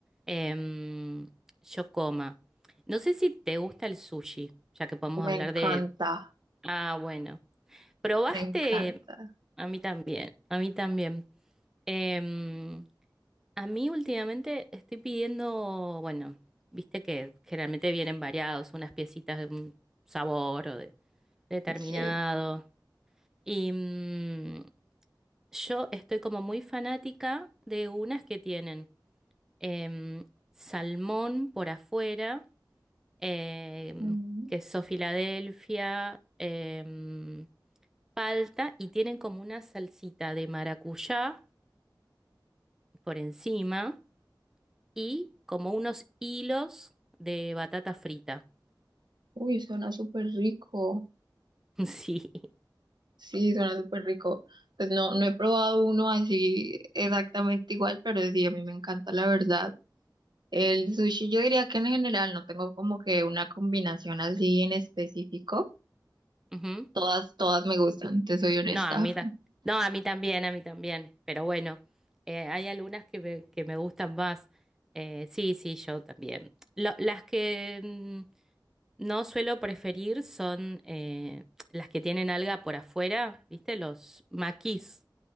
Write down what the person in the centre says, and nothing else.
em, yo coma. No sé si te gusta el sushi, ya que podemos
hablar
de... Ah, bueno. ¿Probaste?
A mí también, a mí también. Em, A mí últimamente estoy pidiendo, bueno, viste que generalmente vienen variados, unas piecitas de un sabor o de determinado.
Y mm, yo estoy como muy fanática de unas que tienen em, salmón por afuera, em,
queso Filadelfia, em, palta y tienen como una salsita de maracuyá por encima. y como unos hilos de batata frita.
<laughs> Sí.
Ujú.
No, a mí, ta- no, a mí también, a mí también. Pero bueno, eh, hay algunas que me, que me gustan más. Eh, sí, sí, yo también. Lo- las que mm, no suelo preferir son eh, las que tienen alga por afuera, ¿viste? Los maquis.